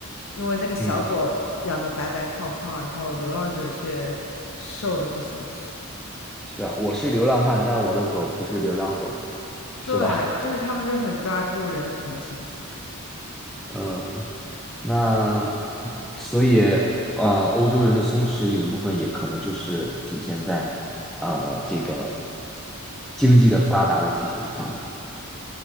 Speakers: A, on the left; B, in the centre.
A: 因为那个小狗养的白白胖胖，
B: 嗯，
A: 然后流浪者却瘦的不行。
B: 是啊，我是流浪汉，但我的狗不是流浪狗，
A: <laughs>
B: 是吧？
A: 对，就是他们就很抓住人的同情心。
B: <laughs> 嗯，那所以，呃，欧洲人的松弛有一部分也可能就是体现在，呃，这个经济的发达的基础上吧。